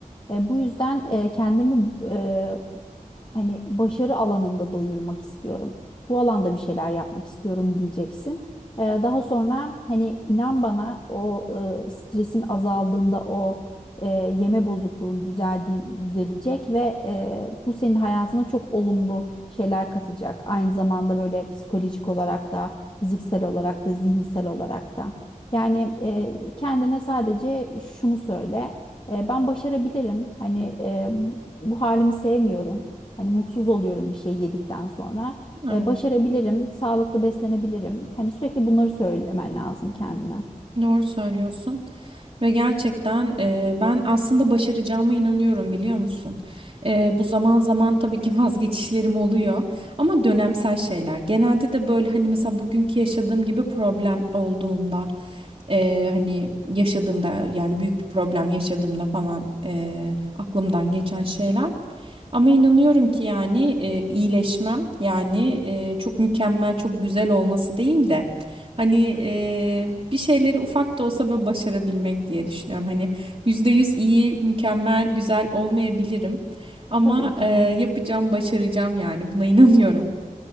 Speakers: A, on the left (about 35°); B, on the right (about 45°).
A: E, bu yüzden e, kendimi e, hani başarı alanında doyurmak istiyorum. Bu alanda bir şeyler yapmak istiyorum diyeceksin. Ee, daha sonra hani inan bana o e, stresin azaldığında o e, yeme bozukluğun düzeldi, düzelecek ve e, bu senin hayatına çok olumlu şeyler katacak. Aynı zamanda böyle psikolojik olarak da fiziksel olarak da zihinsel olarak da. Yani e, kendine sadece şunu söyle. E, ben başarabilirim. Hani e, bu halimi sevmiyorum. Hani mutsuz oluyorum bir şey yedikten sonra.
B: Evet.
A: E, başarabilirim, sağlıklı beslenebilirim. Hani sürekli bunları söylemen lazım kendine.
B: Doğru söylüyorsun ve gerçekten e, ben aslında başaracağıma inanıyorum biliyor musun? E, bu zaman zaman tabii ki <laughs> vazgeçişlerim oluyor ama dönemsel şeyler. Genelde de böyle hani mesela bugünkü yaşadığım gibi problem olduğunda Eee, hani yaşadığımda yani büyük bir problem yaşadığımda falan eee, aklımdan geçen şeyler. Ama inanıyorum ki yani eee, iyileşmem yani eee, çok mükemmel çok güzel olması değil de hani eee, bir şeyleri ufak da olsa böyle başarabilmek diye düşünüyorum. Hani %100 iyi mükemmel güzel olmayabilirim ama
A: Tabii ki
B: eee,
A: de.
B: yapacağım başaracağım yani buna <laughs> inanıyorum.